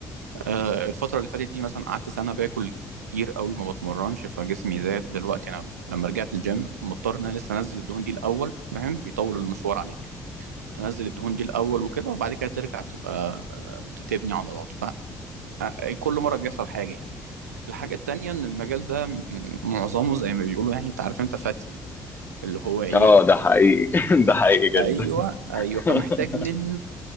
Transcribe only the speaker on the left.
اه ده حقيقي <laughs> ده حقيقي جدا
<laughs>